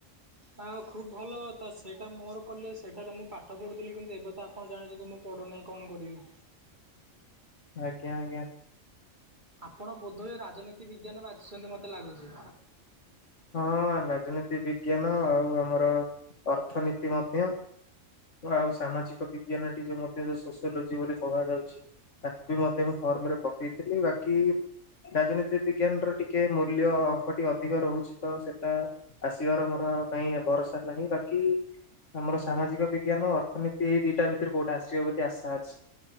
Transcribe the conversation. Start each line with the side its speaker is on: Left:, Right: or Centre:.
Right: ଆ ଖୁଵ୍ ଭଲ କଥା ସେଇଟା ମୋର କଲେଜ୍ ସେଇଟାରେ ମୁଁ ପାଠ ପଢୁଥିଲି କିନ୍ତୁ ଏବେ ତା ଆପଣ ଜାଣିଚନ୍ତି ମୁଁ ପଢ଼ୁନାହିଁ କଣ କରିବି?
Left: ଆଜ୍ଞା ଆଜ୍ଞା।
Right: ଆପଣ ବୋଧହୁଏ ରାଜନୀତି ବିଜ୍ଞାନ ବାଛିଛନ୍ତି ମୋତେ ଲାଗୁଚି?
Left: ହଁ ରାଜନୀତି ବିଜ୍ଞାନ ଆଉ ଆମର ଅର୍ଥନୀତି ମଧ୍ୟ। ଆଉ ସାମାଜିକ ବିଜ୍ଞାନ ଟି ଯୋଉ ମଧ୍ୟ ସୋସିଓଲୋଜି ବୋଲି କୁହାଯାଉଚି। ତାକୁ ବି ମଧ୍ୟ ମୁଁ ଫର୍ମ ରେ ପକେଇଥିଲି ବାକି ରାଜନୀତି ବିଜ୍ଞାନ ର ଟିକେ ମୂଲ୍ୟ ଅଙ୍କଟି ଅଧିକ ରହୁଚି ତ ସେଟା ଆସିବାର ମୋର କାଇଁ ଭରସା ନାହିଁ ବାକି ଆମର ସାମାଜିକ ବି ବିଜ୍ଞାନ ଅର୍ଥନୀତି ଏଇ ଦିଇଟା ଭିତରେ କୋଉଟା ଆସିବ ବୋଲି ଆଶା ଅଛି।